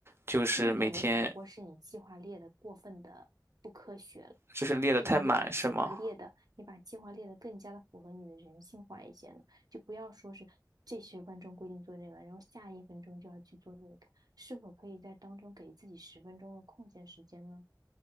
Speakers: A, on the right; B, on the right.
A: 就是每天
B: 那你有没有想过，是你计划列的过分的不科学了？
A: 就是列得太满，
B: 就是你把计划列的，
A: 是吗？
B: 你把计划列的更加的符合你的人性化一些呢？就不要说是这十分钟规定做那个，然后下一分钟就要去做那个，是否可以在当中给自己十分钟的空闲时间呢？